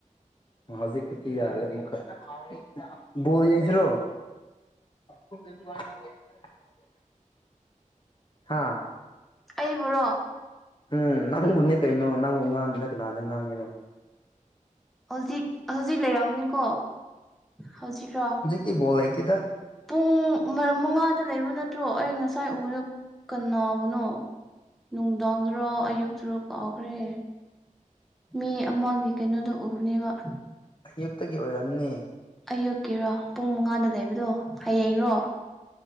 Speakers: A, on the left; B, in the centre.
A: ꯍꯧꯖꯤꯛ <unintelligible> ꯕꯣꯜ ꯌꯥꯁꯤ꯭ꯔꯣ <unintelligible> ꯍꯥꯥ꯫
B: ꯑꯩꯕꯨꯔꯣ꯫
A: ꯎꯝ ꯅꯪꯕꯨꯅꯦ ꯀꯩꯅꯣ ꯅꯪꯕꯨ ꯉꯥꯡꯗꯅ ꯀꯅꯥꯗ ꯉꯥꯡꯉꯦꯅꯣ꯫
B: ꯍꯧꯖꯤꯛ ꯍꯧꯖꯤꯛ ꯂꯩꯔꯝꯅꯤꯀꯣ ꯍꯧꯖꯤꯛꯔꯣ꯫
A: ꯍꯧꯖꯤꯛꯇꯤ ꯕꯣꯜ ꯂꯩꯇꯦꯗ
B: ꯄꯨꯡ ꯃꯉꯥꯗ ꯂꯩꯕ ꯅꯠꯇ꯭ꯔꯣ ꯑꯩ ꯉꯁꯥꯏ ꯎꯕꯗ ꯀꯎꯕꯅꯣ ꯅꯨꯡꯗꯥꯡꯗꯔꯣ ꯑꯌꯨꯛꯇꯔꯣ ꯀꯥꯎꯈ꯭ꯔꯦ ꯃꯤ ꯑꯃꯒꯤ ꯀꯩꯅꯣꯗꯣ ꯎꯕꯅꯦꯕ
A: ꯑꯌꯨꯛꯇꯒꯤ ꯑꯣꯏꯔꯝꯅꯤ
B: ꯑꯌꯨꯛꯀꯤꯔꯣ ꯄꯨꯡ ꯃꯉꯥꯗ ꯂꯩꯕꯗꯣ ꯍꯌꯦꯡꯔꯣ